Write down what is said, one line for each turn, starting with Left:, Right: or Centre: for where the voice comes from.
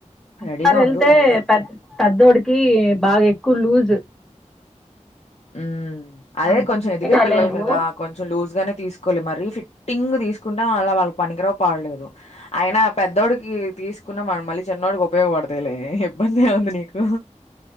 Centre: ఒకసారి
Left: రెడీగా
Centre: వెళ్తే
Left: ఉండు వెళ్దాం
Centre: పెద్ పెద్దోడికి బాగా ఎక్కువ లూజ్
Left: ఉ అదే
Centre: అంత
Left: కొంచెం
Centre: ఫిట్గా
Left: ఎదిగే పిల్లలు
Centre: లేవు
Left: కదా కొంచెం లూజ్గానే తీసుకోవాలి మరి ఫిట్టింగ్ తీసుకుంటే వాళ్ళ వాళ్ళకి పనికిరావ్ పాడలేదు ఆయన పెద్దోడికి తీసు తీసుకున్న మళ్ళీ చిన్నోడికి ఉపయోగపడతాయిలే అని ఇబ్బందిగా ఉంది నీకు